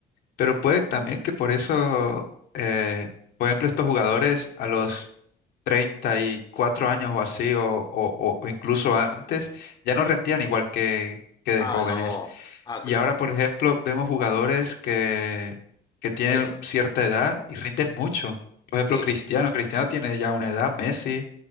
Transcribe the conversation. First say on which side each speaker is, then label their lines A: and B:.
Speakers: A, on the left; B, on the left.
A: Pero puede también que por eso, eh, por ejemplo, estos jugadores a los 34 años o así, o, o- o- o incluso antes, ya no rendían igual que, que de
B: Ah,
A: jóvenes.
B: no, ah,
A: Y
B: claro,
A: ahora, por ejemplo, vemos jugadores que, que tienen
B: eso,
A: cierta
B: sí,
A: edad y rinden mucho. Por
B: sí,
A: ejemplo, Cristiano. Cristiano tiene ya una edad, Messi,